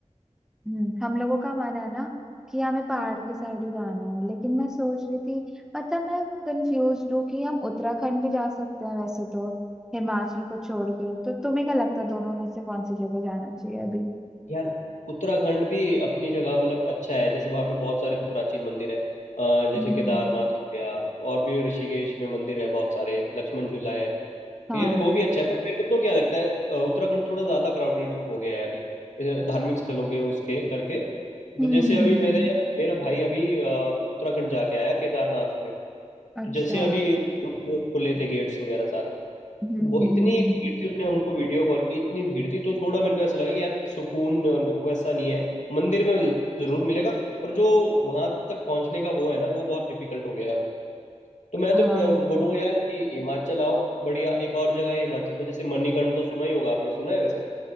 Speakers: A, in the centre; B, on the left (about 80°).
A: हम्म, हम लोगों का मन है ना कि हमें पहाड़ के साइड ही जाना है लेकिन मैं सोच रही थी मतलब मैं कंफ्यूज हूँ कि हम उत्तराखंड भी जा सकते हैं वैसे तो हिमाचल को छोड़ के तो तुम्हें क्या लगता है दोनों में से कौन सी जगह जाना चाहिए अभी
B: यार उत्तराखंड भी अपनी जगह मतलब अच्छा है जैसे वहाँ पे बहुत सारे प्राचीन मंदिर है अ, जैसे
A: हम्म
B: केदारनाथ हो गया और भी ऋषिकेश में मंदिर है बहुत सारे लक्ष्मण झूला है तो
A: हाँ
B: यार वो भी अच्छा है पर मेरे को पता है क्या लगता है अ, उत्तराखंड थोड़ा ज्यादा क्राउडेड हो गया है अभी अ, धार्मिक स्थलों के उसके करके तो
A: हम्म
B: जैसे अभी मेरे मेरा भाई अभी अ, उत्तराखंड जाके आया केदारनाथ पे
A: अच्छा
B: तो जैसे
A: हम्म
B: अभी जब वो खुले थे गेट्स वगैरह सारे
A: हम्म हम्म,
B: वो इतनी
A: हम्म,
B: भीड़ थी उसने हमको वीडियो कॉल की इतनी भीड़ थी तो थोड़ा मेरे को ऐसा लगा कि यार सुकून वैसा नहीं है मंदिर में जरूर मिलेगा पर जो वहां तक पहुंचने का वो है ना वो बहुत डिफिकल्ट हो गया है अभी तो मैं
A: हाँ
B: तो प्र- बोलूंगा यार कि हिमाचल आओ बढ़िया एक और जगह है हिमाचल में जैसे मणिकर्ण तो सुना ही होगा आपने सुना है वैसे